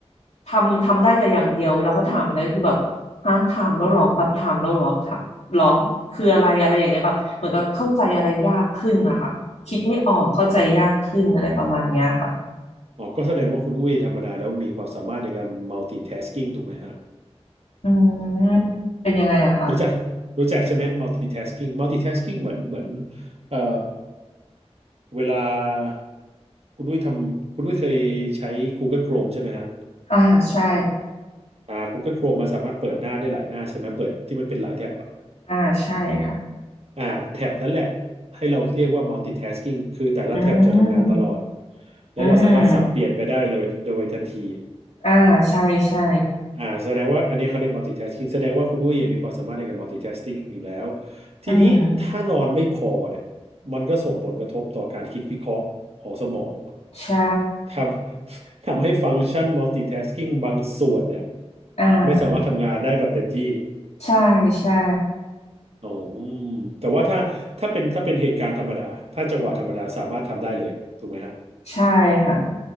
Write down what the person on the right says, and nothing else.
อ๋อ อ๋อก็แสดงว่าคุณอุ้ยธรรมดาแล้วมีความสามารถในการ multitasking ถูกไหมฮะ
รู้จักรู้จักใช่ไหม multitasking multitasking เหมือนเหมือนเอ่อเวลาคุณอุ้ยทำคุณอุ้ยเคยใช้ Google Chrome ใช่ไหมฮะ
อ่า Google Chrome มันสามารถเปิดหน้าได้หลายหน้าใช่ไหมเปิดที่มันเป็นหลายแท็บอะ
อ่าแท็บนั่นแหละให้เราเรียกว่า multitasking คือแต่ละแท็บจะทำงานตลอด
แล้วเราสามารถสับเปลี่ยนไปได้เลยโดยทันที
อ่าแสดงว่าอันนี้เขาเรียก multitasking แสดงว่าคุณอุ้ยมีความสามารถในการ multitasking อยู่แล้วทีนี้ถ้านอนไม่พอเนี่ย
มันก็ส่งผลกระทบต่อการคิดวิเคราะห์ของสมอง
ทำ <laughs> ทำให้ฟังก์ชัน multitasking บางส่วนเนี่ย
ไม่สามารถทำงานได้แบบเต็มที่
อ๋อแต่ว่าถ้าถ้าเป็นถ้าเป็นเหตุการณ์ธรรมดาถ้าจังหวะธรรมดาสามารถทำได้เลยถูกไหมฮะ